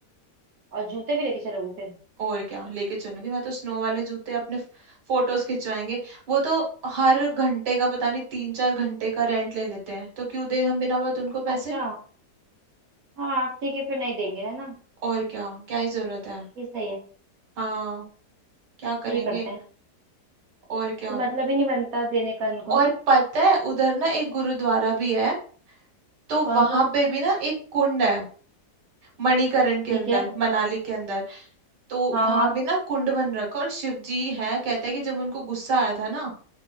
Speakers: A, on the right; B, on the right.
A: और जूते भी लेके चलोगे फिर
B: और क्या लेके चलूंगी मैं तो स्नो वाले जूते अपने फोटोज खिंचवाएंगे वो तो हर घंटे का पता नहीं तीन चार घंटे का रेंट ले लेते हैं तो क्यों दे हम बिना बात उनको पैसे
A: अच्छा हाँ ठीक है फिर नहीं देंगे है ना
B: और क्या क्या ही जरूरत है
A: ये सही है
B: हाँ क्या करेंगे
A: यही करते हैं
B: और क्या
A: तो मतलब ही नहीं बनता देने का इनको ना
B: और पता है उधर ना एक गुरुद्वारा भी है तो
A: कौन
B: वहां
A: सा
B: पे भी ना एक कुंड है मणिकरण के
A: ठीक
B: अंदर
A: है
B: मनाली के अंदर तो
A: हाँ
B: वहां
A: हाँ
B: भी ना कुंड बन रखा है और शिव जी है कहते हैं कि जब उनको गुस्सा आया था ना